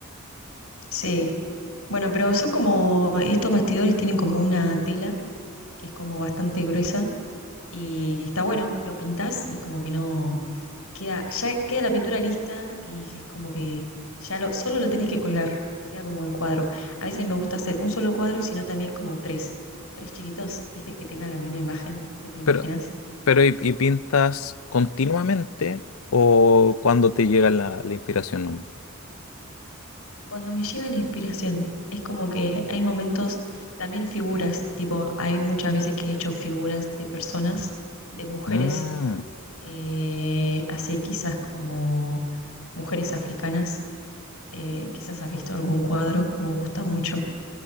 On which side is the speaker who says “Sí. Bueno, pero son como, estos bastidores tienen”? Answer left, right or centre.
Left